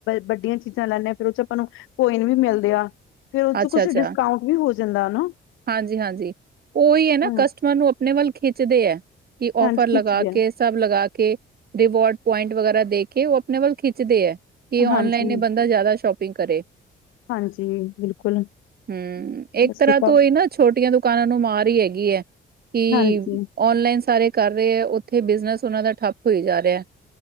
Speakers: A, on the left; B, on the right.
A: ਵੱਡੀਆਂ ਚੀਜ਼ਾਂ ਲੈਂਦੇ ਹਾਂ ਫੇਰ ਉਹ ਚ ਆਪਾਂ ਨੂੰ ਕੋਈ ਨੀ ਮਿਲਦੇ ਆ। ਫੇਰ ਉਹ ਚ
B: ਅੱਛਾ-ਅੱਛਾ
A: ਕੁਛ ਡਿਸਕਾਊਂਟ ਵੀ ਹੋ ਜਾਂਦਾ ਨਾ
B: ਹਾਂਜੀ-ਹਾਂਜੀ ਉਹੀ ਹੈ ਨਾ
A: ਹਾਂ,
B: ਕਸਟਮਰ ਨੂੰ। ਆਪਣੇ ਵੱਲ ਖਿੱਚਦੇ ਆ ਕਿ
A: ਹਾਂਜੀ
B: ਓਫਰ ਲਗਾ
A: ਖਿੱਚਦੇ ਆ
B: ਕੇ। ਸਬ ਲਗਾ ਕੇ, ਰਿਵਾਰਡ ਪੁਇੰਟ ਵਗੈਰਾ ਦੇ ਕੇ ਉਹ ਆਪਣੇ ਵੱਲ ਖਿਚਦੇ ਆ ਕਿ ਔਨਲਾਈਨ
A: ਹਾਂਜੀ।
B: ਈ ਬੰਦਾ ਜ਼ਿਆਦਾ ਸ਼ੋਪਿੰਗ ਕਰੇ।
A: ਹਾਂਜੀ, ਬਿਲਕੁਲ।
B: ਹੂੰ, ਇੱਕ
A: ਸਤਿ
B: ਤਰ੍ਹਾਂ
A: ਸ਼੍ਰੀ ਅਕਾਲ
B: ਤੋਂ ਹੀ ਨਾ ਛੋਟੀਆਂ ਦੁਕਾਨਾਂ ਨੂੰ ਮਾਰ ਈ ਹੈਗੀ ਹੈ ਕਿ।
A: ਹਾਂਜੀ
B: ਔਨਲਾਈਨ ਸਾਰੇ ਕਰ ਰਹੇ ਐ, ਉੱਥੇ ਬਿਜਨਸ ਉਹਨਾਂ ਦਾ ਠੱਪ ਹੋਈ ਜਾ ਰਿਹਾ।